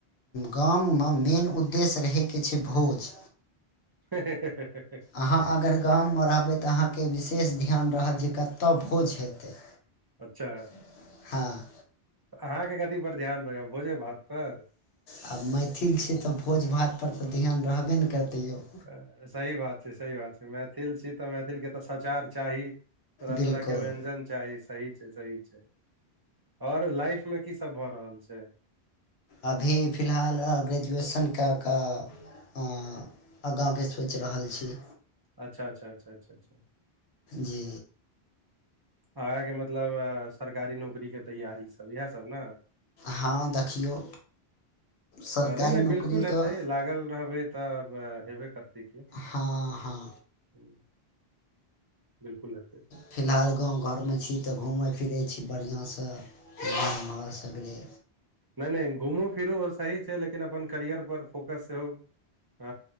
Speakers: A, on the left; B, on the right.
A: गाम मे मेन उद्देश्य रहै के छै भोज।
B: ह <inaudible>
A: अहाँ अगर गाममे रहबै तऽ अहाँके विशेष ध्यान रहत जे कतऽ भोज हेतै?
B: अच्छा।
A: <inaudible> हँ।
B: तऽ अहाँके कथी पर ध्यान रहैया, भोजे भात पर?
A: हम मैथिल छियै तऽ भोज भात पर तऽ ध्यान रहबे ने करतै यौ?
B: <inaudible> सही बात। से सही बात छै मैथिल छी तऽ मैथिलके तऽ सचार चाही। तरह
A: बिलकुल
B: तरह के व्यञ्जन चाही सही। सही छै <inaudible> आओर लाइफ मे की सब भऽ रहल छै?
A: अभी फिलहाल ग्रेजुएशन क क अं आगाँके सोचि रहल छी।
B: अच्छा-अच्छा-अच्छा-अच्छा-अच्छा। <unintelligible>
A: जी।
B: आहाँके मतलब सरकारी नौकरी के तैयारी सब, इएह सब न।
A: हँ देखियौ। सरकारी
B: हं नै-नै
A: नौकरी
B: बिलकुल हेतै,
A: तऽ
B: लागल रहबै त ब हेबे करतै की?
A: हँ हँ
B: हुं <inaudible> बिलकुल हेतै।
A: फिलहाल गाँव घरमे छी तऽ घूमै फिरै छी बढ़ियां सँ। <unintelligible> सगरे।
B: नै-नै घुमू फिरु सही छै, लेकिन अपन करियर पर फोकस सेहो अ